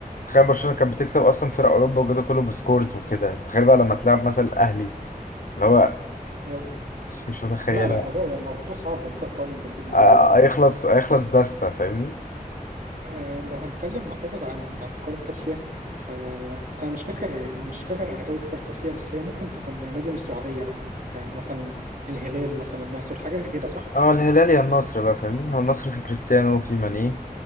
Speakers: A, on the left; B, on the right.
A: تخيل برشلونه كانت بتكسب اصلا فرق اوروبا والجدول كله بسكورز وكده تخيل بقى لما تلعب مثلا الاهلي اللي هو
B: اه
A: مش مش متخيلها
B: لا لا الموضوع الموضوع صعب إن انت تقارن بين دول ودول
A: آه،
B: يعني
A: هيخلص هيخلص داستا فاهمني
B: آه، لو هنتكلم أعتقد عن عن قارة آسيا فأنا مش فاكر مش فاكر قوي في قارة آسيا بس هي ممكن تكون نادي من السعودية مثلا كمثلا الهلال مثلا النصر حاجة كده صح؟
A: اه الهلال يا النصر بقى فاهمني هو النصر في كريستيانو وفي ماني